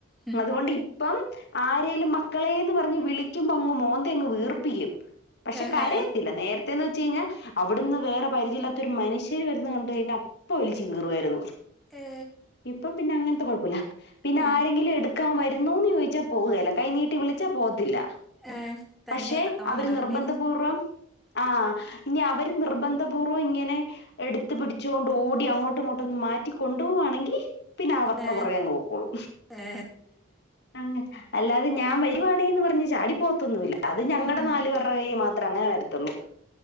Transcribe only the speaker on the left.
അതുകൊണ്ട് ഇ പ്പം ആരേലും മക്കളേന്ന് പറഞ്ഞ് വിളിക്കുമ്പൊങ്ങ് മോന്തയങ്ങ് വീർപ്പിക്കും പക്ഷെ
കരയത്തില്ല നേര ത്യന്ന് വെച്ചയ്ഞ്ഞാ അവിടുന്ന് വേറെ പരിചയല്ലാത്ത ഒരു മനുഷ്യര് വരുന്നു കണ്ട് കയ്ഞ്ഞാ അപ്പ വിളിച്ചു കീറുവാരുന്നു
ഇപ്പൊ പിന്നെ അങ്ങ പ്പൊ കൊഴുപ്പുല്ല പിന്നെ
ആരെങ്കിലും എടു ക്കാ വര് രൂന്നോന്ന് ചോയിച്ചാ പോവുകേല കൈനീട്ടി വിളിച്ചാ പോകത്തില്ല
പക്ഷെ
അവര്
നിർബന്ധപൂർവ്വം ആ ഇനി അവര് നിർബന്ധപൂർവ്വം ഇങ്ങനെ എടുത്ത് പിടിച്ചോണ്ട് ഓടി അങ്ങോട്ടു ഇങ്ങോട്ടൊന്ന് മാറ്റി കൊണ്ടുപോവാണെങ്കി പിന്നെ
<unintelligible> കുറേ അങ്ങ് പൊക്കോളൂ
അങ്ങ് അല്ലാതെ ഞാൻ വരുവാണെന്ന് പറഞ്ഞ് ചാടി പോവത്തൊന്നൂല്ല അത് ഞങ്ങടെ
നാല് വേറേയു മാത്രേ അങ്ങനെ വരത്തൊള്ളൂ